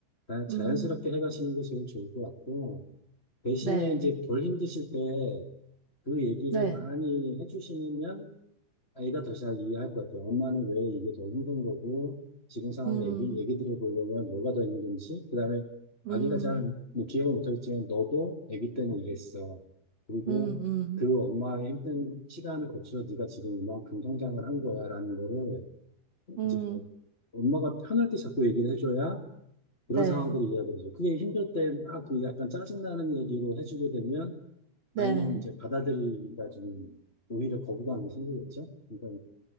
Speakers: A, on the left; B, on the right.
A: 자- 자연스럽게
B: 음,
A: 해가시는 게 제일 좋을 것 같고 대신에
B: 네,
A: 이제 덜 힘드실 때 그 얘기를
B: 네.
A: 많이 해주시면 아이가 더 잘 이해할 것 같아요. 엄마는 왜 이게 더 힘든 거고, 지금 상황에
B: 음,
A: 애기, 애기들을 보려면 뭐가 더 힘든지, 그 다음에 아기가
B: 음,
A: 잘, 뭐 기억을 못하겠지만, 너도 애기 때는 이랬어. 그리고
B: 음, 음,
A: 그 엄마의 힘든 시간을 거쳐 네가 지금 이만큼 성장을 한 거야라는 거를
B: 음,
A: 이제 엄마가 편할 때 자꾸 얘기를 해줘야 그런
B: 네,
A: 상황들을 이해하게 되죠. 그게 힘들 때, 아, 그 약간 짜증나는 얘기로 해주게 되면
B: 네,
A: 아이는 이제 받아들이기가 좀 오히려 거부감이 생기겠죠. 그러니까